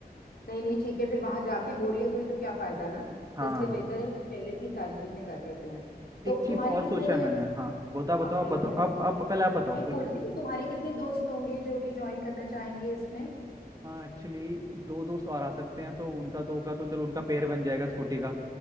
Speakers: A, on the left; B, on the right.
A: नहीं नहीं ठीक है फिर वहां जाके बोरियत हुई तो क्या फायदा ना
B: हाँ
A: इसलिए
B: हाँ।
A: बेहतर है कि पहले से ही सारी चीजें कर लेते हैं तो
B: एक चीज
A: तुम्हारे
B: और
A: कितने
B: सोचा है मैंने हाँ बताओ बताओ
A: हाँ बोलो
B: आप बताओ
A: बोलो
B: आप आप पहले आप बताओ
A: मैं
B: कोई
A: बोल
B: नहीं
A: रही थी कि तुम्हारे कितने दोस्त होंगे जो कि ज्वाइन करना चाहेंगे इसमें
B: एक्चुअली दो दोस्त और आ सकते हैं तो उनका दो का तो चलो उनका पेयर बन जाएगा स्कूटी का